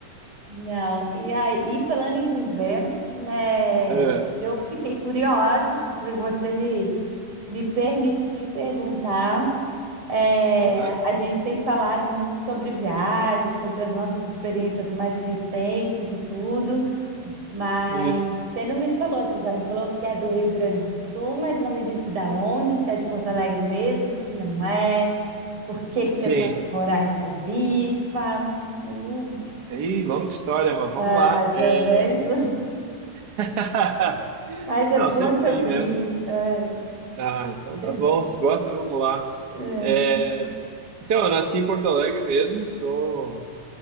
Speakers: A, on the right (about 35°); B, on the right (about 75°).
A: Não, e aí, falando em viver, é,
B: É,
A: eu fiquei curiosa, se você me, me permitir perguntar, é,
B: claro,
A: a gente tem falado muito sobre viagens, sobre as nossas experiências mais recentes e tudo, Mas
B: isso.
A: você não me falou, você já me falou que é do Rio Grande do Sul, mas não me disse da onde, se é de Porto Alegre mesmo, se não é, por que que
B: Sim.
A: você foi morar em Floripa. Eu-
B: Aí, longa história, mas vamos
A: Ah,
B: lá. É...
A: tá vendo?
B: <laughs>
A: Mas é
B: Não,
A: bom
B: sempre
A: te
B: tem,
A: ouvir.
B: né?
A: É,
B: Ah, então
A: sempre...
B: tá bom, se gosta, vamos lá.
A: Ai,
B: É, Então, eu nasci em Porto Alegre mesmo, sou